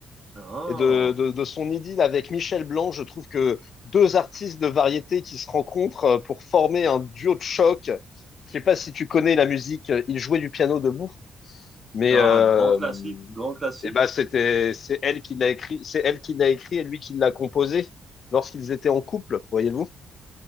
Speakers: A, on the right (about 25°); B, on the left (about 60°).
A: Ah,
B: et de, de, de son idylle avec Michel Blanc. Je trouve que deux artistes de variété qui se rencontrent euh, pour former un duo de choc. Je sais pas si tu connais la musique, euh, il jouait du piano debout, mais
A: ah,
B: euh,
A: grand classique, grand classique.
B: eh ben c'était c'est elle qui l'a écrit, c'est elle qui l'a écrit et lui qui l'a composé lorsqu'ils étaient en couple, voyez-vous.